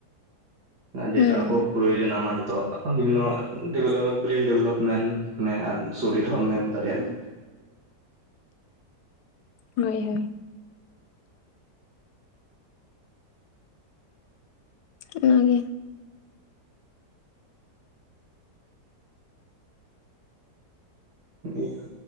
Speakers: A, on the right (about 80°); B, on the left (about 75°).
A: ᱟᱸ ᱡᱮᱴᱟ,
B: ᱦᱩᱸ
A: ᱠᱷᱩᱵ ᱯᱨᱭᱳᱡᱚᱱᱟ ᱟᱢᱟᱜ ᱱᱤᱛᱚᱜ ᱵᱤᱵᱷᱤᱱᱱᱚ <unintelligible> ᱰᱮᱵᱷᱞᱚᱯᱢᱮᱱᱴ ᱢᱮ ᱟᱨ, ᱥᱚᱨᱤᱨ ᱦᱚᱸᱢ ᱢᱮᱱ ᱫᱟᱲᱮᱭᱟᱜᱼᱟ᱾
B: ᱦᱳᱭ ᱦᱳᱭ, ᱚᱱᱟᱜᱮ,
A: ᱱᱤᱦᱟᱹᱛ,